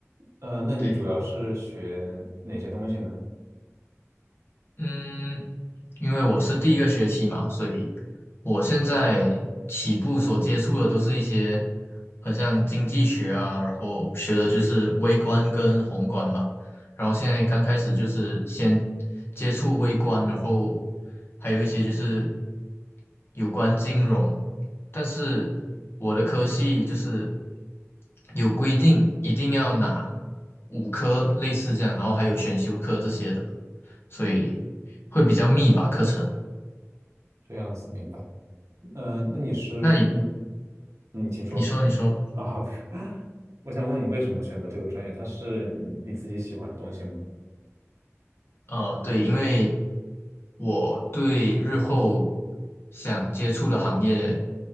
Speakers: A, on the right; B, on the left.
A: 呃，那你主要是学哪些东西呢？
B: 对，嗯，因为我是第一个学期嘛，所以我现在起步所接触的都是一些很像经济学啊，然后学的就是微观跟宏观吧。然后现在刚开始就是先接触微观，然后还有一些就是有关金融，但是我的科系就是有规定一定要拿五科类似这样，然后还有选修课这些的，所以会比较密吧课程。
A: 这样子明白。嗯，那你是你，
B: 那你
A: 嗯，请说
B: 你说你说。
A: 啊。<laughs> 我想问你为什么选择这个专业？它是你你自己喜欢的东西吗？
B: 呃，对，因为我对日后想接触的行业